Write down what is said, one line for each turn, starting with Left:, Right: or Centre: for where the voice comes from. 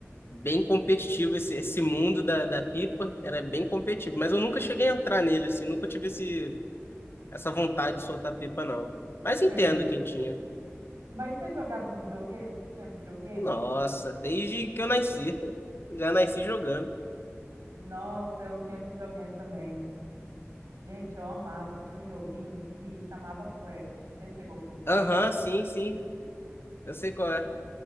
Left: bem competitivo esse, esse mundo da, da pipa, era bem competitivo. Mas eu nunca cheguei a entrar nele, assim, nunca tive esse, essa vontade de soltar pipa, não. Mas entendo
Right: Sei.
Left: quem tinha.
Right: Mas você jogava videogame? Você tinha videogame?
Left: Nossa, desde que eu nasci. <laughs> Já nasci jogando.
Right: Nossa, eu tinha videogame também. Gente, eu amava. Tinha um joguinho que chamava Crash. Você chegou a conhecer?
Left: Aham, sim, sim. Eu sei qual é.